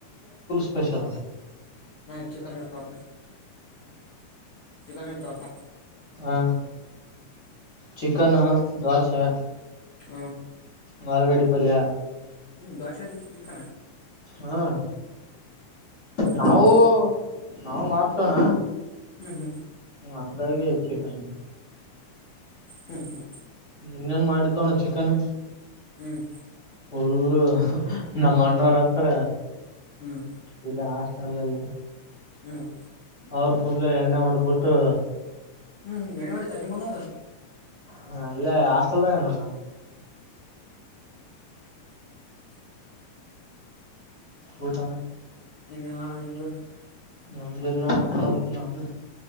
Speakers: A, on the left; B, on the left.
A: ಸ್ಪೆಷಲ
B: ನಾ್ ಚಿಕನ <unintelligible> ಶಕಾನ ದ <unintelligible>
A: ಹಾ ಚಿಕನು ದೋಸೆ
B: ಹ
A: ಮಾಾಲಗಡಿ ಪಲ್ಯ
B: <unintelligible>
A: ಹಾ ನಾವು
B: ಹ್ಮ್ ಹ್ಮ್
A: ನಾವು ಮಾಡ್ತೋಣ
B: ಹ್ಮ್
A: ಹಂಗಾಗಿ ಚಿಕನ್
B: ಹ್ಮ್ ಹ್ಮ್
A: ನಿನ್ನೇನ್ ಮಾಡಿದ್ದು ಅಣ್ಣ ಚಿಕನ್
B: ಹ್ಮ್
A: ಫುಲ್ಲು ನಮ್ಮ ಅಣ್ಣವ್ರ ಹತ್ರ
B: ಹ್ಮ್
A: ಇಲ್ಲಿ ಹಾಸ್ಟೆಲ್ಲ್ಲಿ
B: ಹ್ಮ್
A: ಅವರು ಫುಲ್ ಎಣ್ಣೆ ಹೊಡೆದ್ಬಿಟ್ಟು
B: ಹ್ಮ್ ಎಣ್ಣಿ ಹೊಡಿತಾರ ನಿಮ್ಮನವ್ರು
A: ಹಾ ಇಲ್ಲ ಹಾಸ್ಟಲ್ ಅಣ್ಣ
B: ಹ <inaudible>
A: ಊಟ
B: ಇನ್ನಿಲ್ಲ ಅಣ್ಣ ನಿಮ್ದು
A: ನಮ್ದ ಎಲ್ಲ ಅಣ್ಣ ನಾನು <inaudible>